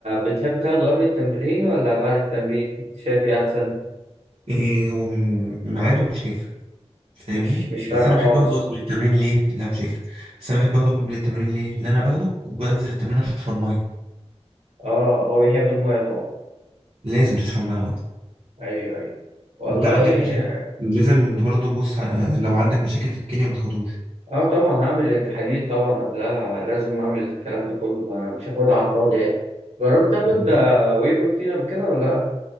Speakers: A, on the right; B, on the right.
A: بتحب تاخده قبل التمرين ولا بعد التمرين؟ شايف إيه أحسن؟
B: ايه هو م- ميعاده مش هيفرق فاهمني
A: مش مش
B: بس
A: فارقة
B: انا
A: خالص
B: بحب اخده قبل التمرين ليه لا مش هيفرق بس انا بحب اخده قبل التمرين ليه لان انا باخده وبنزل التمرين اشرب ميه
A: آه هو بيحب المية طبعا
B: لازم تشرب معاه ميه
A: ايوه ايوه والله
B: انت عندك مشاكل لازم انت برضه تبص على لو عندك مشاكل في الكليه ما تاخدهوش
A: اه طبعا هعمل التحاليل طبعا قبلها لازم اعمل الكلام ده كله ما مش هاخدها على الفاضي يعني جربت تاخد
B: بالظبط
A: واي بروتين قبل كده ولا لا؟